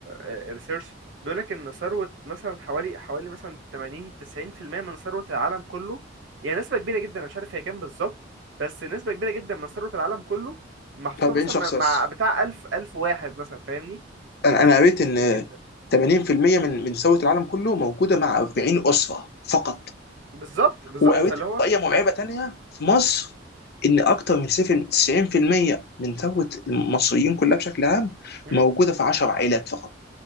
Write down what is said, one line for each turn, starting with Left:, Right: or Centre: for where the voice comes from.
Right: ريسيرش بيقول لك ان ثروه مثلا حوالي حوالي مثلا 80 90% من ثروه العالم كله يعني نسبه كبيره جدا انا مش عارف هي كام بالظبط بس نسبه كبيره جدا من ثروه العالم كله محطوطه
Left: 40
Right: مثلا
Left: شخص
Right: مع مع
Left: بس
Right: بتاع 1000 1000 واحد مثلا فاهمني
Left: انا
Right: نسبه
Left: أنا قريت ان
Right: كبيره جدا
Left: 80% من من ثروه العالم كله موجوده مع 40 اسره فقط
Right: بالظبط بالظبط
Left: وقريت
Right: فاللي
Left: احصائيه
Right: هو
Left: مرعبه تانيه في مصر ان اكتر من 7 90% من ثروه المصريين كلها بشكل عام
Right: مم،
Left: موجوده في 10 عائلات فقط